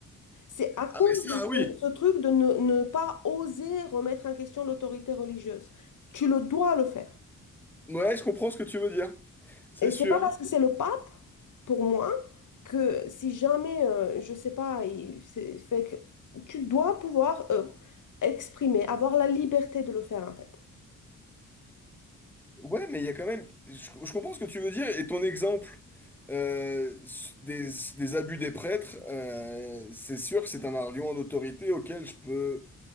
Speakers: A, on the left; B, in the centre.
A: C'est à cause
B: Ah mais ça,
A: de ce,
B: oui.
A: ce truc de ne, ne pas oser remettre en question l'autorité religieuse. Tu le dois le faire.
B: Ouais, je comprends ce que tu veux dire, c'est
A: Et c'est
B: sûr.
A: pas parce que c'est le pape, pour moi, que si jamais, euh, je sais pas, il c'est- fait que tu dois pouvoir euh, exprimer, avoir la liberté de le faire en fait.
B: Ouais, mais il y a quand même. Je, je comprends ce que tu veux dire et ton exemple euh, s- des, des abus des prêtres, euh, c'est sûr que c'est un argument d'autorité auquel je peux.